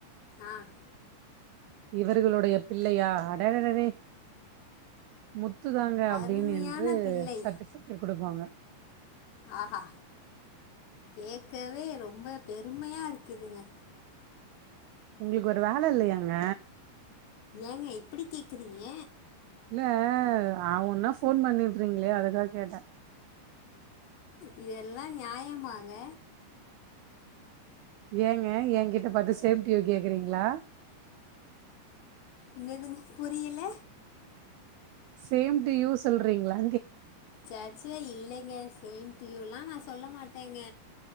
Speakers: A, on the left (about 80°); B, on the right (about 90°).
A: ஆஹ்
B: இவர்களுடைய பிள்ளையா அடடடடே முத் முத்து தாங்க அப்படின்னு
A: அருமையான
B: என்று
A: பிள்ளை
B: சத்த சைக்கிள் குடு இருப்பாங்க
A: ஆஹா கேட்கவே ரொம்ப பெருமையா இருக்குதுங்க
B: உங்களுக்கு வேற வேலை இல்லையாங்க
A: ஏங்க இப்படி கேக்குறீங்க
B: இல்ல ஆவுன்னா ஃபோன் பண்ணிட்டுறீங்களே. அதுக்காக கேட்டேன்
A: இதெல்லாம் நியாயமாங்க
B: ஏங்க என் கிட்ட பாத்து சேம்டியூ கேக்குறீங்களா
A: என்னதுங்க புரியல
B: சேம் டு யூ சொல்றீங்ளா
A: சேச்ச இல்லைங்க சேம்டியூலா நா சொல்ல மாட்டேங்க